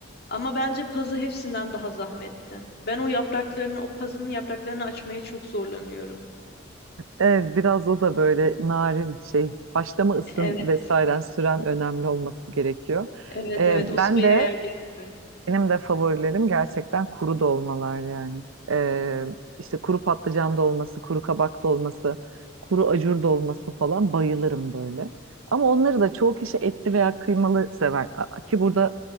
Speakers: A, on the left; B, on the right.
A: Ama bence pazı hepsinden daha zahmetli. Ben o yapraklarını, o pazının yapraklarını açmaya çok zorlanıyorum.
B: Evet, biraz o da böyle narin şey, haşlama ısın
A: Evet.
B: vesaire süren önemli olması gerekiyor.
A: Evet
B: Ee,
A: evet
B: ben
A: o süreyi
B: de
A: ayarlayamıyorum.
B: Benim de favorilerim gerçekten kuru dolmalar yani. Ee, işte kuru patlıcan dolması, kuru kabak dolması, kuru acur dolması falan bayılırım böyle. Ama onları da çoğu kişi etli veya kıymalı sever. A- Ki burada